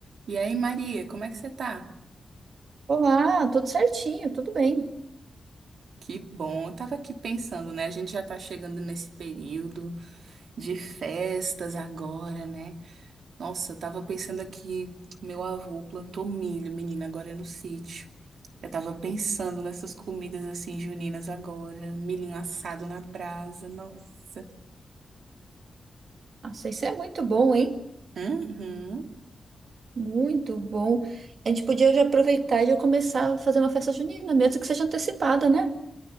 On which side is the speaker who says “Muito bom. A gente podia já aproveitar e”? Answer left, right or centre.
Right